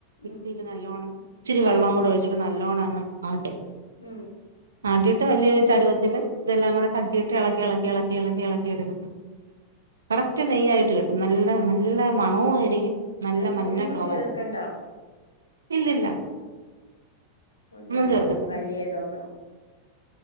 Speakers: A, on the right; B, on the left.
A: മിക്സില്
B: ഉം
A: നല്ലോണം ഇച്ചിരി വെള്ളം കൂടെ ഒഴിച്ചിട്ട് നല്ലോണ്ണം അങ്ങ് ആട്ട്
B: ഉം
A: ആട്ടിട്ട് വല്ല്യൊരു ചരുവത്തില് ഇതെല്ലാം
B: ഉം
A: കൂടെ തട്ടിട്ട് ഇളക്കി ഇളക്കി ഇളക്കി ഇളക്കി ഇളക്കിയെടുക്കും കറക്റ്റ് നെയ്യായിട്ട് കിട്ടും നല്ല നല്ല മണവും ആയിരിക്കും നല്ല
B: അയില്
A: മഞ്ഞ
B: ഒന്നും
A: കളറാരിക്കും
B: ചേർക്കണ്ട
A: ഇല്ലില്ല
B: ഓ ഇനി
A: ഒന്നും
B: അങ്ങനൊന്ന്
A: ചേർക്കത്തില്ല
B: ട്രൈ ചെയ്ത് നോക്കണം